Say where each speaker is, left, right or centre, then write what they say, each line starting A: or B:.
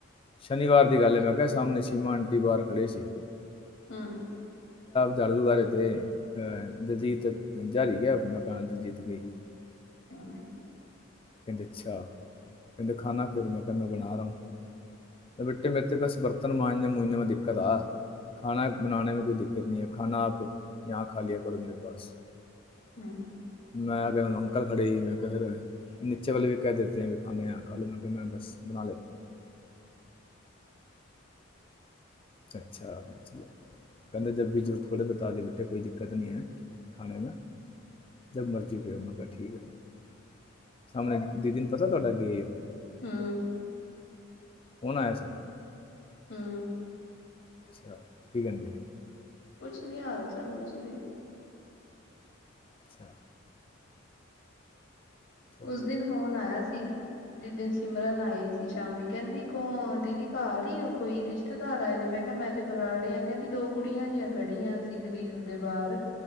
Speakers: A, on the left; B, on the left.
A: ਸ਼ਨੀਵਾਰ ਦੀ ਗੱਲ ਮੈਂ ਕਿਹਾ ਸਾਹਮਣੇ ਸ਼ੀਮਾ ਆਂਟੀ ਬਾਰ ਖੜ੍ਹੇ ਸੀ। <inaudible>
B: ਹਮ
A: ਜਾੜੂ ਹਾਰੇ ਤੇ ਅਹ ਦਲਜੀਤ ਜਾਰੀ ਗਿਆ ਮਕਾਨ ਦਲਜੀਤ ਗਈ
B: ਹਾਂ,
A: ਕਹਿੰਦੇ ਅੱਛਾ ਕਹਿੰਦੇ ਖਾ ਖੇਰ ਮੈਂ ਕਿਹਾ ਮੈਂ ਬਣਾ ਰਿਹਾ ਬੇਟੇ ਮੇਰੇ ਤੇ ਬਸ ਬਰਤਨ ਮਾਂਜੇ ਮੂੰਜੇ ਮੈਂ ਦਿੱਕਤ ਆ ਖਾ ਬਣਾੇ ਮੈਂ ਕੋਈ ਦਿੱਕਤ ਨਹੀਂ ਹੈ ਖਾ ਆਪ ਯਾਂ ਖਾ ਲਿਆ ਕਰੋ ਮੇਰੇ ਪਾਸ
B: ਹਮ
A: ਮੈਂ ਆ ਗਿਆ ਕਲ ਖੜੇ ਸੀ ਮੈਂ ਕਿਹਾ ਫਿਰ ਨੀਚੇ ਵਾਲੇ ਵੀ ਕਹਿ ਦੇਤੇ ਹੈ ਖਾਣੇ ਖਾ ਲੋ ਮੈਂ ਕਿ ਮੈਂ ਬਸ ਬਣਾ ਲਤਾ ਅੱਛਾ ਕਹਿੰਦੇ ਜਦ ਵੀ ਜ਼ਰੂਰਤ ਹੋਵੇ ਬਤਾ ਦਿ ਬੇਟੇ ਕੋਈ ਦਿੱਕਤ ਨੀ ਹੈ ਖਾਣੇ ਮਰਜੀ ਪਓ ਮੈਂ ਕਿਹਾ ਠੀਕ ਆ ਸਾਹਮਣੇ ਦ ਦਿਨ ਪਤਾ ਤੁਹਾਡਾੱਗੇ
B: ਹੂੰ।
A: ਫ਼ੋਨ ਆਇਆ ਸੀ।
B: ਹੂੰ
A: ਅੱਛਾ ਕੀ ਕਹਿੰਦੇ
B: ਕੁਛ ਨੀ ਹਾਲ ਚਾਲ ਕੁਛ ਨੀ
A: ਅੱਛਾ, ਚਲੋ।
B: ਉਸ ਦਿਨ ਫ਼ੋਨ ਆਇਆ ਸੀ ਜਿਸ ਦਿਨ ਸਿਮਰਨ ਆਈ ਸੀ ਸ਼ਾਮੀ ਕਹਿੰਦੀ ਕੋ ਦੀਦੀ ਘਰ ਈ ਉਹ ਕੋਈ ਰਿਸ਼ਤੇਦਾਰ ਆਏ ਨੇ ਮੈਂ ਕਿਹਾ ਮੈਂ ਤੇ ਬਰਾੜੇ ਆ ਕਹਿੰਦੀ ਦੋ ਕੁੜੀਆਂ ਜਹੀਆਂ ਖੜੀਆਂ ਸੀ ਗਰੀਬ ਦੇ ਬਾਹਰ